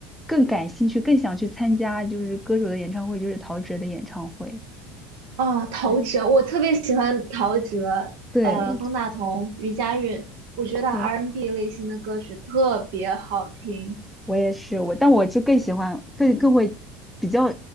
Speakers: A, in the centre; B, on the right.
A: 更感兴趣，更想去参加就是歌手的演唱会，就是陶喆的演唱会。
B: 哦，陶喆，
A: 对
B: 我特别喜欢陶喆，
A: 对
B: 呃，方大同、余佳运，我觉得 R&B
A: 对，
B: N 类型的歌曲特别好听
A: 我也是我，但我就更喜欢更更会比较